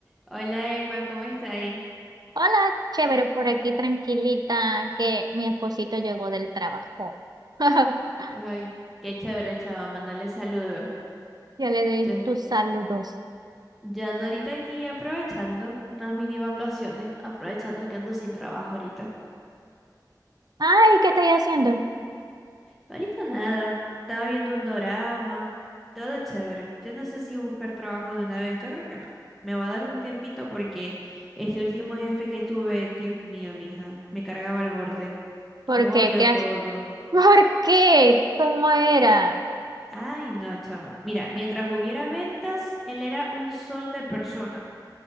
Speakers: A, in the centre; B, on the right.
A: Hola Emma, ¿cómo está ahí?
B: Hola, chévere, por aquí tranquilita que mi esposito llegó del trabajo. <laughs>
A: Ay, qué chévere, chava, mandarle saludos.
B: Ya le di
A: Yo,
B: tus saludos.
A: yo ando ahorita aquí aprovechando unas mini vacaciones, aprovechando que ando sin trabajo ahorita.
B: Ay, ¿qué estáis haciendo?
A: Ahorita nada, estaba viendo un dorama, todo chévere. Yo no sé si buscar trabajo de una vez, yo creo que no. Me va a dar un tiempito porque este último jefe que tuve, Dios mío, mija, me cargaba al borde.
B: ¿Por
A: Los odio
B: qué? ¿Qué
A: a todos.
B: haces? <laughs> ¿Por qué? ¿Cómo era?
A: Ay, no, chava. Mira, mientras hubiera ventas, él era un sol de persona.